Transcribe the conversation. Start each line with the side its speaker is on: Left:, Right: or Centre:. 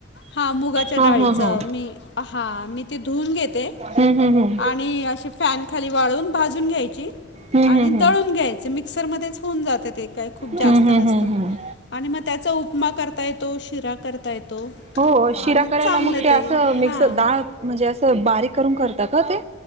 Left: हा मुगाच्या
Right: हा
Left: डाळीच.
Right: हा हा
Left: मी अ हा. मी ते धुऊून घेते
Right: हम्म हम्म हम्म
Left: आणि असे फॅन खाली वाळून भाजून घ्यायची
Right: हम्म
Left: आणि
Right: हम्म हम्म
Left: दळून घ्यायचे. मिक्सरमध्येच होऊन जातं ते. काही खूप जास्त
Right: हम्म हम्म
Left: नसतं.
Right: हम्म हम्म
Left: आणि म त्याचा उपमा करता येतो, शिरा करता येतो.
Right: हो शिरा
Left: आणि
Right: करायला
Left: चांगलं
Right: मग ते असं मिक्स
Left: हां
Right: डाळ, म्हणजे असं बारीक करून करत का ते?